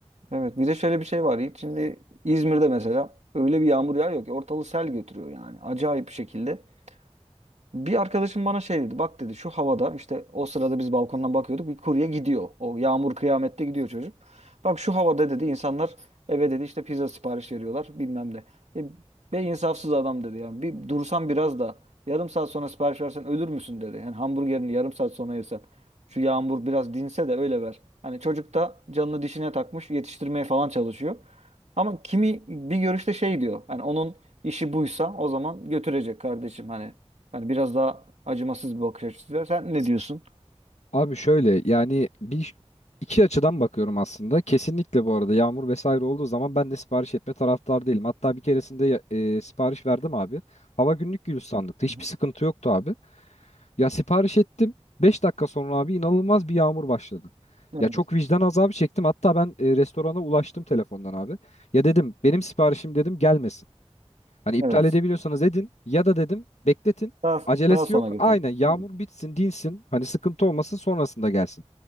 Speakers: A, on the right; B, on the left.
A: evet bir de şöyle bir şey var. Yiğit. Şimdi İzmir'de mesela öyle bir yağmur yağıyor ki ortalığı sel götürüyor yani. Acayip bir şekilde. Bir arkadaşım bana şey dedi. Bak dedi şu havada işte o sırada biz balkondan bakıyorduk. Bir kurye gidiyor. O yağmur kıyamette gidiyor çocuk. Bak şu havada dedi insanlar eve dedi işte pizza sipariş veriyorlar bilmem ne. E, be insafsız adam dedi yani. Bir dursan biraz da yarım saat sonra sipariş versen ölür müsün dedi. Yani hamburgerini yarım saat sonra yersen. Şu yağmur biraz dinse de öyle ver. Hani çocuk da canını dişine takmış yetiştirmeye falan çalışıyor. Ama kimi bir görüşte şey diyor. Hani onun işi buysa o zaman götürecek kardeşim hani. Yani biraz daha acımasız bir bakış açısı. var. Sen ne diyorsun?
B: Abi şöyle yani bir iki açıdan bakıyorum aslında. Kesinlikle bu arada yağmur vesaire olduğu zaman ben de sipariş etme taraftar değilim. Hatta bir keresinde ya- e, sipariş verdim abi. Hava günlük gülistanlıktı.
A: Hı
B: Hiçbir
A: hı.
B: sıkıntı yoktu abi. Ya sipariş ettim. beş dakika sonra abi inanılmaz bir yağmur başladı.
A: Evet.
B: Ya çok vicdan azabı çektim. Hatta ben e, restorana ulaştım telefondan abi. Ya dedim benim siparişim dedim gelmesin. Hani iptal
A: Evet.
B: edebiliyorsanız edin ya da dedim bekletin.
A: Daha,
B: Acelesi
A: daha sonra
B: yok.
A: getirin.
B: Aynen yağmur
A: Hı.
B: bitsin, dinsin. Hani sıkıntı olmasın sonrasında gelsin.